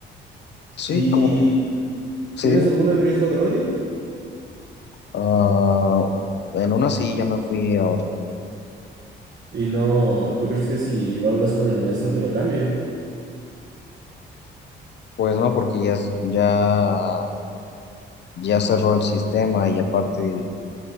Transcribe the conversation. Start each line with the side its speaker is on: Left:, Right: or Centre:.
Left: Sí,
Right: ¿Y
Left: como, sí,
Right: tienes
Left: dime.
Right: alguna en riesgo de ordi?
Left: Ah, en una sí ya me fui a orden.
Right: Y no, ¿tú crees que si lo hablas con el maestro te lo cambie?
Left: Pues no, porque ya, es- ya, ya cerró el sistema y aparte,